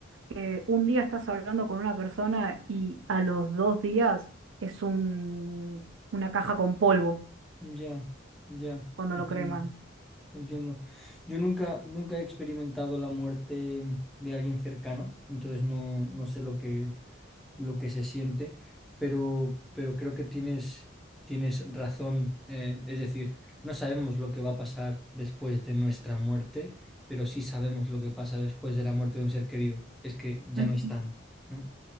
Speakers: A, on the right; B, in the centre.
A: que un día estás hablando con una persona y a los dos días es un, una caja con polvo
B: Ya, ya,
A: cuando
B: te entiendo.
A: lo creman.
B: Te entiendo. Yo nunca, nunca he experimentado la muerte de alguien cercano, entonces no, no sé lo que, lo que se siente, pero, pero creo que tienes, tienes razón. eh, es decir, no sabemos lo que va a pasar después de nuestra muerte, pero sí sabemos lo que pasa después de la muerte de un ser querido. Es que ya
A: Ujú,
B: no están, ¿no?